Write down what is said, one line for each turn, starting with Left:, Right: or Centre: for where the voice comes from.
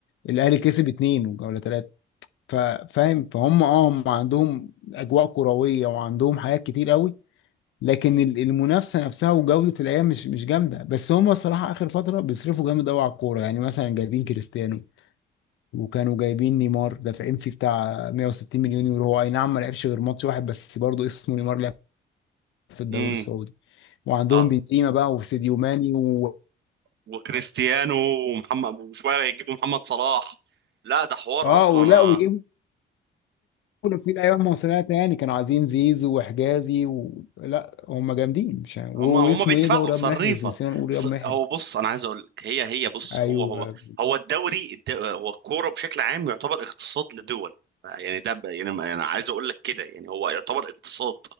Left: الاهلي كسب اتنين ولا ثلاثه فاهم فهم اه هم عندهم اجواء كرويه وعندهم حاجات كتير قوي لكن ال- المنافسه نفسها وجوده الايام مش مش جامده بس هم الصراحه اخر فتره بيصرفوا جامد قوي على الكوره يعني مثلا جايبين كريستيانو وكانوا جايبين نيمار دافعين فيه بتاع 160 مليون يورو هو اي نعم ما لعبش غير ماتش واحد بس برضه اسمه نيمار لعب في الدوري
Right: امم
Left: السعودي وعندهم
Right: اه
Left: بنزيما بقى وساديو ماني و...
Right: وكريستيانو ومحمد وشوية هيجيبوا محمد صلاح لا ده حوار
Left: اه
Right: اصلا
Left: ولا ويجيبوا في الايام مصريه تاني كانوا عايزين زيزو وحجازي و... لا هم جامدين مش عارف. و...
Right: هما
Left: واسمه
Right: هما بيدفعوا
Left: ايه ده ورياض
Right: صريفة
Left: محرز نسينا نقول
Right: ص-
Left: رياض محرز
Right: هو بص انا عايز اقول لك هي هي بص
Left: ايوه
Right: هو هو هو الدوري الد- هو الكورة بشكل عام يعتبر اقتصاد لدول يعني ده ب- يعني ما- انا عايز اقول لك كده يعني هو يعتبر اقتصاد